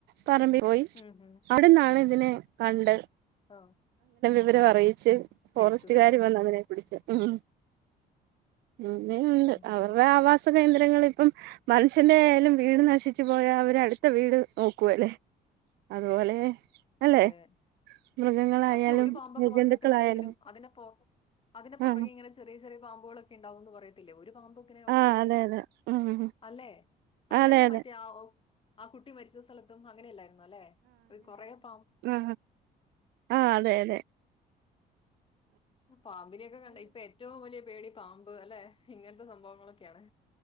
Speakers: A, on the right (about 75°); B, on the left (about 30°).
A: പറമ്പീ പോയി
B: ഉം ഉം
A: അ <unintelligible> ഇതിനെ കണ്ടത്
B: ആ
A: <unintelligible> ച്ച് ഫോറസ്റ്റ്കാര്
B: പിടിച്ചതല്ലേ
A: വന്ന് അതിനെ പിടിച്ച് ഉം അന്നെ ഉണ്ട്
B: ഉം ഉം
A: അവരുടെ ആവാസ- കേന്ദ്രങ്ങൾ ഇപ്പം മനുഷ്യന്റെയാലും വീട് നശിച്ചു പോയാ അവര് അടുത്ത വീട് നോക്കുവല്ലേ അതുപോലെ അല്ലെ
B: അതെ
A: മൃഗങ്ങളായാലും
B: പക്ഷെ ഒരു പാമ്പൊക്കെ വന്നിട്ടുണ്ടെങ്കിലും
A: ജന്തുക്കളായാലും
B: അതിനെ അതിനെ പുറകെ
A: ആഹ്
B: ഇങ്ങനെ ചെറിയ ചെറിയ പാമ്പുകളൊക്ക ഉണ്ടാവന്ന് പറയത്തില്ല ഒരു പാമ്പ് ഒറ്റക്ക്
A: ആഹ് അതെ അതെ ഉം
B: <unintelligible> അല്ലെ അങ്ങനെയല്ലേ
A: അതെ അതെ
B: മറ്റേ ആ കുട്ടി മരിച്ച സ്ഥലത്തും അങ്ങനെയ അല്ലായിരുന്നു അല്ലെ കുറേ <unintelligible>
A: ആ ആ അതെ അതെ
B: ആ പാമ്പിനിയൊക്കെ കണ്ട ഇപ്പോ ഏറ്റവും വലിയ പേടി പാമ്പ് അല്ലെ ഇങ്ങനത്തെ സംഭവങ്ങളൊക്കെയാണ്